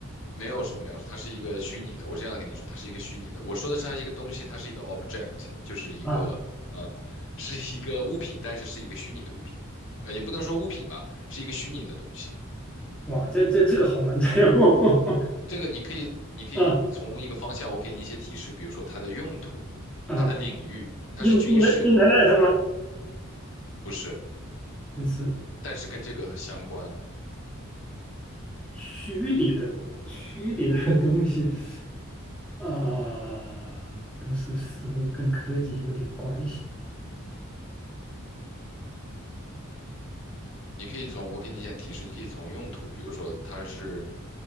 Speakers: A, on the left; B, in the centre.
A: 没有什么描述，它是一个虚拟的。我这样跟你说，它是一个虚拟的。我说的是它是一个东西，它是一个 object，就是一个嗯，
B: 啊！
A: 是一个物品，但是是一个虚拟的物品。啊，也不能说物品吧，是一个虚拟的东西。
B: 哇，这这这个好难猜哦！
A: 这个你可以，你可以从一个方向，
B: <laughs> 啊
A: 我给你一些提示，比如说它的用途、
B: 啊
A: 它的领域，它是军事，
B: ，in in the internet 吗？
A: 不是，
B: 不是
A: 但是跟这个相关。
B: 虚拟的虚拟的东西。呃，不是实物，跟科技有点关系。
A: 你可以从，我给你一些提示，你可以从用途，比如说它是